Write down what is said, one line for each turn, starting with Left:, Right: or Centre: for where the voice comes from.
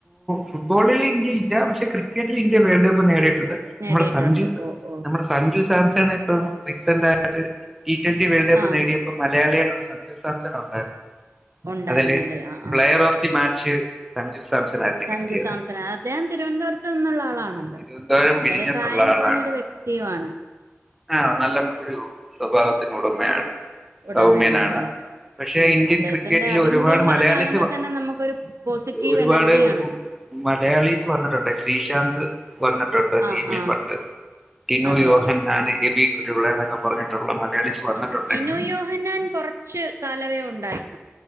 Centre: ഫുട്ബോളിൽ ഇന്ത്യ ഇല്ല പക്ഷെ ക്രിക്കറ്റിൽ ഇന്ത്യ വേൾഡ് കപ്പ് നേടിയിട്ടുണ്ട്
Right: നേടിയിട്ടുണ്ട്
Centre: ണ്ട് നമ്മുടെ സഞ്ജു
Right: ഓ ഓ
Centre: നമ്മുടെ സഞ്ജു സാംസണ് പൊ റീസെന്റായി അത് ടീ ട്വന്റി വേൾഡ് കപ്പ്
Right: ആഹ്
Centre: നേടിയപ്പോ മലയാളികള് <unintelligible> ഉണ്ടായിരുന്നു
Right: ഉണ്ടായിരുന്നല്ലേ
Centre: അതില്
Right: ആഹ് ആഹ്
Centre: player of the match Sanju സർജൻആയിരുന്നു
Right: സഞ്ജു
Centre: കിട്ടിയത്
Right: സാംസൺ അദ്ദേഹം തിരുവനന്തപുരത്ത് നിന്നുള്ള ആളാണല്ലോ
Centre: തിരുവനന്തപുരം
Right: വളരെ
Centre: വിഴിഞ്ഞത്തുള്ള
Right: പ്രായം
Centre: ആളാണ്
Right: കുറഞ്ഞൊരു വ്യക്തിയുമാണ്
Centre: ആഹ നല്ല ഒരു സ്വഭാവത്തിന്ഉടമയാണ്
Right: ഉടമയാണ്
Centre: സൗമ്യനാണ്
Right: അതെ അതെ
Centre: പക്ഷെ
Right: ഉം
Centre: ഇന്ത്യൻ
Right: അദ്ദേഹത്തിന്റെ
Centre: ക്രിക്കറ്റ് ഇതിൽഒരുപാട്
Right: അഭിമുഖങ്ങൾ
Centre: മലയാളിസ്
Right: കാണുമ്പോ തന്നെ നമുക്കൊരു പോസിറ്റീവ്
Centre: ഒരുപാട്
Right: എനർജിയാണ്
Centre: മലയാളീസ് വന്നിട്ടുണ്ട് ശ്രീശാന്ത് അത് വന്നിട്ടുണ്ട്
Right: ആ
Centre: ടിമിൽ
Right: ആ
Centre: പണ്ട് ടിനു
Right: അതെ
Centre: യോഹൻ
Right: അതെ
Centre: എബി കുരുളയ എന്നൊക്കെ പറഞ്ഞിട്ടുള്ള മലയാളീസ് വന്നിട്ടുണ്ടെങ്കിലും
Right: ആ ടിനു യോഹനാൻ കൊറച്ച് കാലമേ ഉണ്ടായിരുന്നു